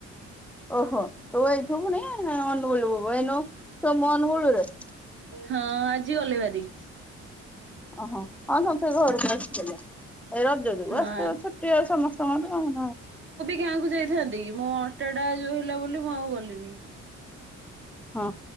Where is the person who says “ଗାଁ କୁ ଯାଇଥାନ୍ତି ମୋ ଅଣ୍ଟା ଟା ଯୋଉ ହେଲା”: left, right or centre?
Right